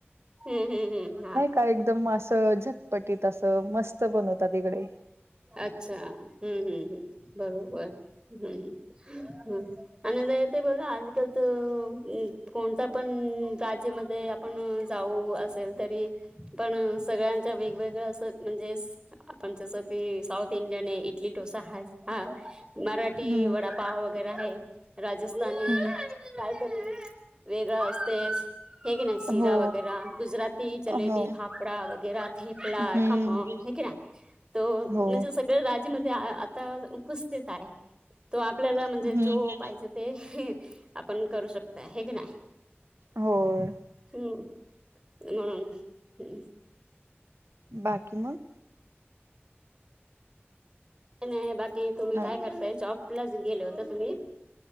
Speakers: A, on the right (about 20°); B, on the right (about 75°).
A: हम्म, हम्म, हम्म हा.
B: काय एकदम असं झटपटीत असं मस्त बनवतात इकडे.
A: अच्छा. हम्म, हम्म, हम्म बरोबर हम्म हम्म. आणि आता येत बघा आजकाल तर अ कोणता पण काचेमध्ये पण जाऊ असेल तरी पण सगळ्यांच्या वेगवेगळं असं म्हणजे स आपण जसं की साऊथ इंडियन आहे. इडली, डोसा आहेच हा मराठी
B: हम्म
A: वडापाव वगैरे आहे. राजस्थानी
B: हम्म
A: काय तरी वेगळं असतेच. हे कनई शिरा
B: हो.
A: वगैरा गुजराती जलेबी,
B: हो
A: फापडा वगैरा ठेपला
B: हम्म
A: खमो हे की नाही तो म्हणजे
B: हो
A: सगळ राजेमध्ये आता उपस्थित आहे. तो आपल्याला म्हणजे
B: हम्म
A: जो पाहिजेत ते आपण करू शकताय. हे की नाही?
B: होय.
A: हम्म. म्हणून हम्म.
B: बाकी मग.
A: नाही बाकी तुम्ही
B: हाय.
A: काय करताय जॉबला गेले होते तुम्ही.